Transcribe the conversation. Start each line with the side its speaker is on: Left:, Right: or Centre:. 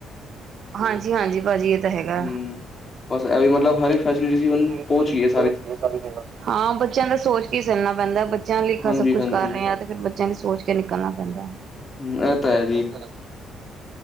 Right: ਹਾਂਜੀ-ਹਾਂਜੀ ਭਾਜੀ, ਏਹ ਤਾਂ ਹੈਗਾ।
Left: ਹੂੰ, ਬਸ ਐ ਵੀ ਮਤਲਬ
Right: ਪਤਾ
Left: ਹਰ ਇੱਕ ਫੈਸਿਲਿਟੀ ਹੁਣ
Right: ਨੀ ਰਿਜੂਅਲ
Left: ਪਹੁੰਚ ਗਈ ਹੈ
Right: ਕੋਰਸ ਸਾਰੀ ਜਗ੍ਹਾ ਹਾਂ ਬੱਚਿਆਂ ਦੇ ਸੋਚ ਕੀ ਸੁਨਣਾ ਪੈਂਦਾ ਬੱਚਿਆਂ ਲਈ
Left: ਹਾਂਜੀ-ਹਾਂਜੀ,
Right: ਸਭ ਕੁੱਛ ਕਰ ਰਹੇ ਹਾਂ ਤੇ ਫੇਰ ਬ ਨਾਲੇ ਸੋਚ ਕੇ ਨਿਕਲਣਾ ਪੈਂਦਾ,
Left: ਹੂੰ ਐ ਤਾਂ ਜੀ,
Right: ਉਹ ਤੇ ਹੈ